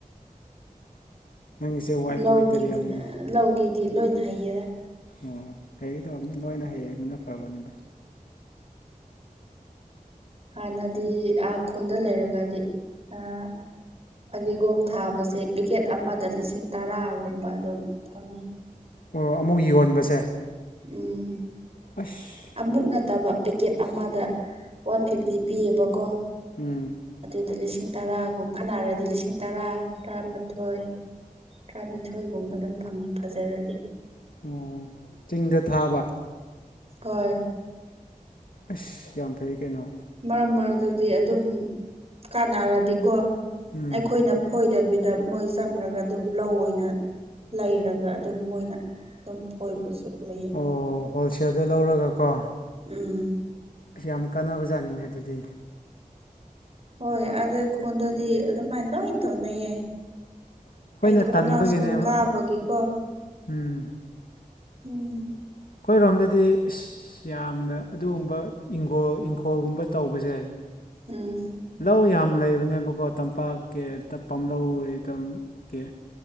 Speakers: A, on the left (about 80°); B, on the right (about 45°).
A: ꯅꯪꯒꯤꯁꯦ ꯋꯥꯏꯐ
B: ꯂꯧꯒꯤ
A: ꯃꯦꯇꯔꯤꯌꯦꯜꯅꯤꯅꯦ
B: ꯑꯥ ꯂꯧꯒꯤꯗꯤ ꯂꯣꯏꯅ ꯍꯩꯌꯦꯗ
A: ꯑꯣ ꯍꯩꯒ ꯇꯧꯕꯅꯤ ꯂꯣꯏꯅ ꯍꯩꯕꯅ ꯐꯕꯅꯤꯗ
B: ꯍꯥꯟꯅꯗꯤ ꯑꯥ ꯈꯨꯟꯗ ꯂꯩꯔꯒꯗꯤ ꯑꯥ ꯐꯗꯤꯒꯣꯝ ꯊꯥꯕꯁꯦ ꯄꯤꯀꯦꯠ ꯑꯃꯗ ꯂꯤꯁꯤꯡ ꯇꯔꯥꯒꯨꯝꯕ ꯑꯗꯨꯝ ꯐꯪꯉꯤ
A: ꯑꯣ ꯑꯃꯨꯛ ꯌꯣꯟꯕꯁꯦ
B: ꯎꯝ
A: ꯑꯁ
B: ꯑꯃꯨꯛ ꯅꯠꯇꯕ ꯄꯦꯀꯦꯠ ꯑꯃꯗ ꯋꯥꯟ ꯐꯤꯐꯇꯤ ꯄꯤꯌꯦꯕꯀꯣ
A: ꯎꯝ
B: ꯑꯗꯨꯗ ꯂꯤꯁꯤꯡ ꯇꯔꯥꯒꯨꯝ ꯈꯟꯅꯔꯗꯤ ꯂꯤꯁꯤꯡ ꯇꯔꯥ ꯇꯔꯥꯃꯥꯊꯣꯏ ꯇꯔꯥꯅꯤꯊꯣꯏꯒꯨꯝꯕ ꯑꯗꯨꯝ ꯐꯪꯉꯤ ꯐꯖꯔꯗꯤ
A: ꯑꯣ ꯆꯤꯡꯗ ꯊꯥꯕ
B: ꯍꯣꯏ
A: ꯑꯁ ꯌꯥꯝ ꯐꯩ ꯀꯩꯅꯣ
B: ꯃꯔꯛ ꯃꯔꯛ ꯗꯗꯤ ꯑꯗꯨꯝ ꯀꯥꯟꯅꯔꯗꯤꯀꯣ
A: ꯎꯝ
B: ꯑꯩꯈꯣꯏꯅ ꯐꯣꯏꯗꯕꯤꯗ ꯃꯣꯏ ꯆꯪꯔꯒ ꯑꯗꯨꯝ ꯂꯧ ꯑꯣꯏꯅ ꯂꯩꯔꯒ ꯑꯗꯨꯝ ꯃꯣꯏꯅ ꯑꯗꯨꯝ ꯐꯣꯏꯕꯁꯨ ꯂꯩꯌꯦ
A: ꯑꯣ ꯍꯣꯜꯁꯦꯜꯗꯩ ꯂꯧꯔꯒ ꯀꯣ
B: ꯎꯝ
A: ꯑꯁ ꯌꯥꯝ ꯀꯥꯟꯅꯕ ꯖꯥꯠꯅꯤꯅꯦ ꯑꯗꯨꯗꯤ
B: ꯍꯣꯏ ꯑꯥꯗ ꯈꯨꯟꯗꯗꯤ ꯑꯗꯨꯃꯥꯏꯅ ꯂꯣꯏ ꯇꯧꯅꯩꯌꯦ
A: ꯑꯩꯈꯣꯏꯅ
B: ꯑꯩꯗꯣ
A: ꯇꯟꯕꯒꯤꯅꯦꯕ
B: ꯑꯉꯥꯡ ꯁ꯭ꯀꯨꯟ ꯀꯥꯕꯒꯤꯀꯣ
A: ꯎꯝ
B: ꯎꯝ
A: ꯑꯩꯈꯣꯏꯔꯣꯝꯗꯗꯤ ꯏꯁ ꯌꯥꯝꯅ ꯑꯗꯨꯒꯨꯝꯕ ꯏꯪꯒꯣꯜ ꯏꯪꯈꯣꯜꯒꯨꯝꯕ ꯇꯧꯕꯁꯦ
B: ꯎꯝ
A: ꯂꯧ ꯌꯥꯝ ꯂꯩꯕꯅꯦꯕꯀꯣ ꯇꯝꯄꯥꯛꯀꯤ ꯄꯥꯝ ꯂꯧ ꯇꯝꯀꯤ